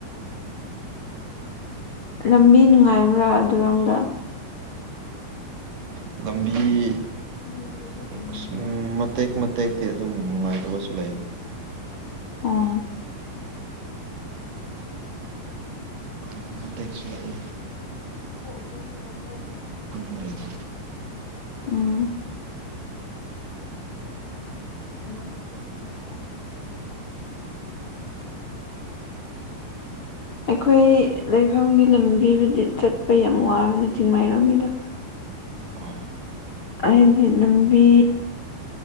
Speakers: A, on the left; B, on the right.
A: ꯂꯝꯕꯤ ꯅꯨꯡꯉꯥꯏꯕ꯭ꯔꯥ ꯑꯗꯨꯔꯣꯝꯗ
B: ꯂꯝꯕꯤ
A: <unintelligible>
B: ꯑꯁ ꯎꯝ ꯃꯇꯦꯛ ꯃꯇꯦꯛꯇꯤ ꯑꯗꯨꯝ ꯅꯨꯡꯉꯥꯏꯇꯕꯁꯨ ꯂꯩꯌꯦꯗ
A: ꯑꯣ
B: ꯅꯨꯡꯉꯥꯏꯕ ꯃꯇꯦꯛꯁꯨ ꯂꯩ
A: <unintelligible>
B: ꯈꯪꯗ꯭ꯔꯦꯗ
A: ꯎꯝ <unintelligible> ꯑꯩꯈꯣꯏꯒꯤ ꯂꯩꯐꯝꯒꯤ ꯂꯝꯕꯤꯕꯨꯗꯤ ꯆꯠꯄ ꯌꯥꯝ ꯋꯥꯕꯅꯦ ꯆꯤꯡꯃꯩꯔꯣꯡꯒꯤꯗꯣ
B: ꯑꯣ
A: ꯑꯩꯗꯤ ꯂꯝꯕꯤ